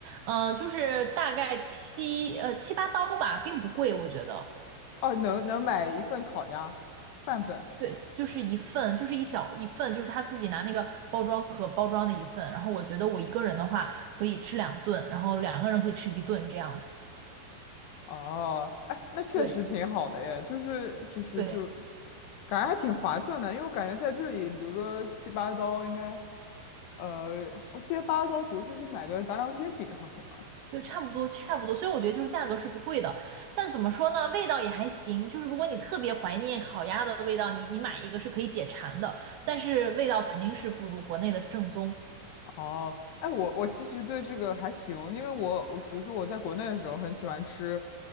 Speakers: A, on the right (about 80°); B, on the left (about 70°).
A: 嗯，呃就是大概七呃七八刀吧，并不贵，我觉得。
B: 哦，能能买一份烤鸭，半份。
A: 对，就是一份，就是一小一份，就是他自己拿那个包装盒包装的一份。然后我觉得我一个人的话可以吃两顿，然后两个人可以吃一顿这样子。
B: 哦，哎，那确实挺好的耶，
A: 对
B: 就是就是就，
A: 对
B: 感觉还挺划算的，因为我感觉在这里，比如说七八刀应该，呃，我记得八刀，比如说就买个杂粮煎饼好像。
A: 对，差不多差不多。所以我觉得就是价格是不贵的，但怎么说呢，味道也还行。就是如果你特别怀念烤鸭的味道，你你买一个是可以解馋的，但是味道肯定是不如国内的正宗。
B: 哦，哎，我我其实对这个还行，因为我我比如说我在国内的时候很喜欢吃，